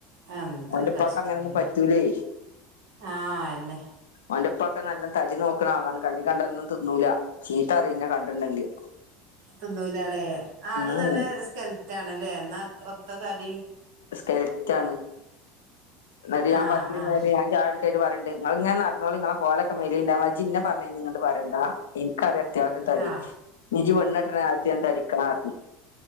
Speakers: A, on the right; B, on the left.
A: എന്തരു
B: ഓന്റെപ്പാക്ക്
A: കഷ്ടങ്ങ
B: അങ്ങനൊന്നും പറ്റൂലേ
A: ആഹ എന്നെ
B: അവന്റെപ്പ ഒക്കെ നല്ല തടി നോക്കുന്ന ആളാണ് കണ് കണ്ടന്നും തിന്നൂല ചീത്തഅറിയും കണ്ടിണ്ടെങ്കില്
A: തിന്നൂലല്ലേ ആള്
B: ഉം
A: നല്ല സ്കെൽറ്റ ആണല്ലേ എന്നാ ഒത്ത തടി
B: കെൽറ്റാണ് എന്നട്ട ഞാൻ
A: ആഹ്
B: പത്തിരിന്നാല്
A: ആഹ്
B: ഞാൻ ചായ പറണ്ട് നിങ്ങള് ങ്ങനെ നടന്നോളി നിങ്ങളെ കോലൊക്കെ മെലിണ്ട് ജി ന്നെ പറഞ്ഞയ്ന് ങ്ങട്ട് പറണ്ടാ എിക്കറിയ അത്യാവശ്യം തടി
A: ആഹ്
B: ഇജി പെണ്ണിട്ട കാലത്ത് ഞാൻ തടിക്കാ റിഞ്ഞ്